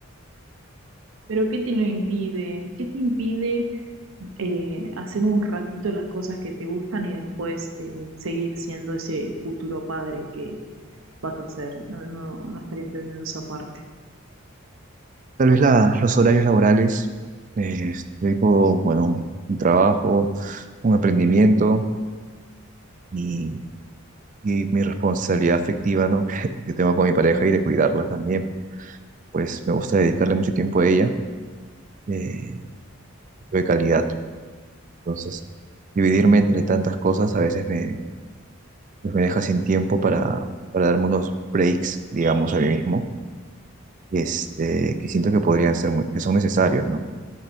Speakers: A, on the right (about 70°); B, on the right (about 35°).
A: Pero ¿qué te lo impide? ¿Qué te impide eh, hacer un ratito las cosas que te gustan y después eh, seguir siendo ese futuro padre que vas a ser? No, no, no estaría entendiendo esa parte.
B: Tal vez la- los horarios laborales, eh, tengo, bueno, un trabajo, un emprendimiento y, y mi responsabilidad afectiva, ¿no? <laughs> Que tengo con mi pareja y de cuidarla también. Pues me gusta dedicarle mucho tiempo a ella, eh, tiempo de calidad. Entonces, dividirme entre tantas cosas a veces me, pues me deja sin tiempo para, para darme unos breaks, digamos, a mí mismo, este, que siento que podrían ser muy, que son necesarios, ¿no?